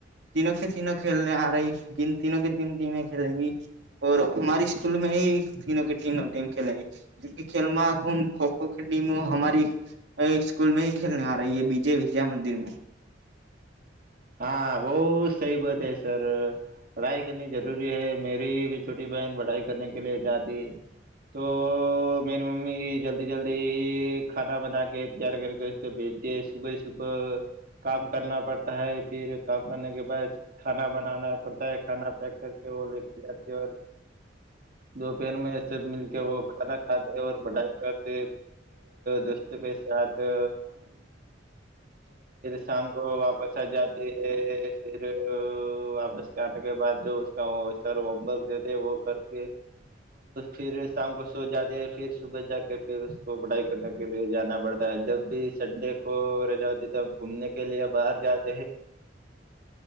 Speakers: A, on the right; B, on the right.
A: તિન કે તિન ખેલને આ રહી લન તીન કે દિ દિને ખેલગી ઓર હમારી સ્કૂલ મે તી કે તીન ટીમ ખેલેગ જો ખેલમાહા કુંભ ખો ખો કે ટીમ હો હમારી એક સ્કૂલ મે ખેલને આ રહી હૈ બીજે વિદ્યા મંદિર મે
B: હા બહુ સહી બતાયા સર પઢાઈ કરની જરૂરી હે મેરી ભ છોટી બહેન પડાઈ લ કરને કે લિયે જતી તો મેરી મમ્મી જલ્દી જલ્દી ખાના બના કે તૈયાર કર ભજતી સુબહ સુબ કામ કરના પડતા હૈ ફિર કામ કરને કે બાદ ખાના બનાના પડતા હે ખાના પેક કર લેકે જતી દપહેર મે સબ મી કે વ ખા ખાતે બઢાઈ કરતે દોસ્તો કે સા તો શામ કો વાપસ સજાતી હૈ ફર વાપસ ખાને કે બાદ જો વો ઉસકા વો સર હોમવર્ક દેતે હે વો કરતી હે ફીર શામ કો સોજાતી ફિર સુબ જાકે ફીર ઉસકો પઢાઈ કરવા કરને કે લ્યે જાના પડતા જબ ભી સંડે કો રજા હોતી તબ ઘૂમને કે લે બહાર જા <unintelligible> ઘૂમને